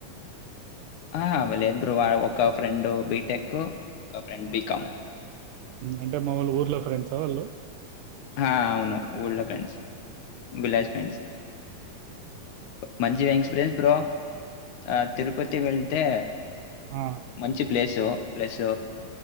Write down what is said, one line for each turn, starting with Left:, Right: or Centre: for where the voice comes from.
Left: ఆ వాళ్ళిద్రూ ఒక ఫ్రెండ్ బిటెక్, ఒక ఫ్రెండ్ బీకామ్.
Right: అంటే మా ఊర్లో ఫ్రెండ్స వాళ్ళు.
Left: హా అవును ఊళ్ళో ఫ్రెండ్స్, బిలాజ్ ఫ్రెండ్స్. మంచి ఎంగ్స్పిరియన్స్ బ్రో ఆ తిరుపతి వెళ్తే
Right: ఆ
Left: మంచి place. Plus